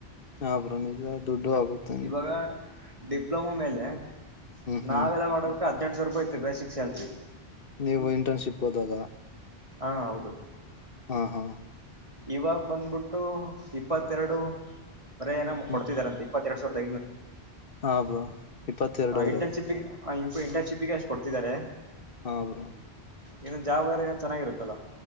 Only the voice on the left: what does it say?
ಹಾ ಬ್ರೋಣಜ ದುಡ್ಡು ಆಗುತ್ತೆು
ಹ್ಮ್
ನೀವು ಇಂಟರ್ನ್ಶಿಪ್ ಹೋದಾಗ
ಹಾ ಹಾ
ಹ್ಮ್ ಹ್ಮ್
ಹಾ ಬ್ರೋ ಇಪ್ಪತ್ತೆರಡುವರೆ
ಹಾ ಬ್ರೋ